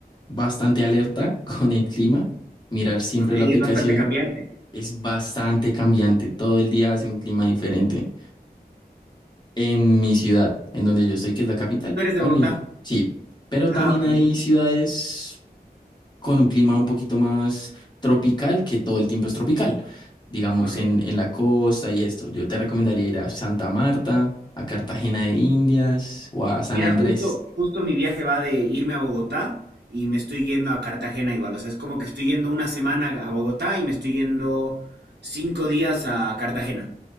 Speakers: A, on the left; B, on the right.
A: bastante alerta <laughs> con el clima, mirar siempre
B: ok,
A: la
B: es
A: aplicación,
B: bastante cambiante.
A: es bastante cambiante, todo el día hace un clima diferente. En mi ciudad, en donde yo estoy, que es la capital,
B: ¿Tú eres de
A: también,
B: Bogotá?
A: sí. Pero
B: Ah,
A: también
B: ok,
A: hay ciudades con un clima un poquito más tropical, que todo el tiempo es tropical. Digamos,
B: ok.
A: en, en la costa y esto. Yo te recomendaría ir a Santa Marta, a Cartagena de Indias o a San
B: Mira,
A: Andrés.
B: justo, justo mi viaje va de irme a Bogotá y me estoy yendo a Cartagena igual. O sea, es como que estoy yendo una semana a Bogotá y me estoy yendo cinco días a Cartagena.